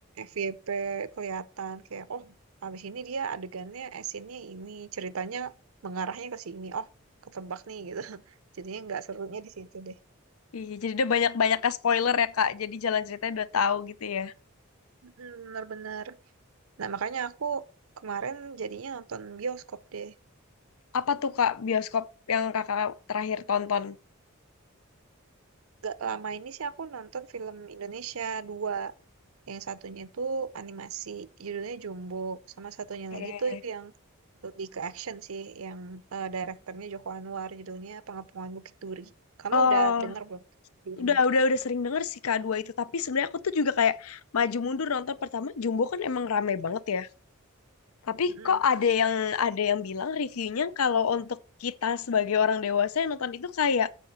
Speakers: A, on the right; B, on the left.
A: F Y P kelihatan kayak oh habis ini dia adegannya esinnya ini ceritanya mengarahnya ke sini. Oh ketebak nih gitu. <laughs> Jadinya nggak serunya di situ deh.
B: Iya, jadi udah banyak-banyak spoiler ya kak. Jadi jalan ceritanya udah tahu gitu ya.
A: Mm, Bener-bener. Nah makanya aku kemarin jadinya nonton bioskop deh.
B: Apa tuh kak bioskop yang kakak terakhir tonton?
A: Gak lama ini sih aku nonton film Indonesia dua. Yang satunya itu animasi, judulnya Jumbo. Sama satunya
B: Oke.
A: lagi tuh yang lebih ke action sih, yang eh, direkturnya Joko Anwar, judulnya Pengepungan Bukit Duri. Kamu
B: Oh.
A: udah dengar belum keduanya
B: udah
A: itu?
B: udah udah sering denger sih K2 itu tapi sebenarnya aku tuh juga kayak maju mundur nonton pertama Jumbo kan emang rame banget ya tapi
A: Mm-mm.
B: kok ada yang ada yang bilang reviewnya kalau untuk kita sebagai orang dewasa yang nonton itu kayak